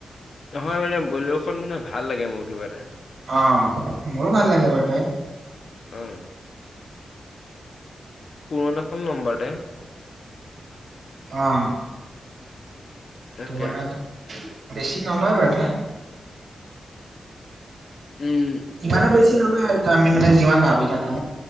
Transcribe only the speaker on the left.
নহয় মানে বলেৰো খন মানে ভাল লাগে মোৰ কিবা এটা।
অঁ, পুৰণাখন নম্বৰতে।
তাকে
উম।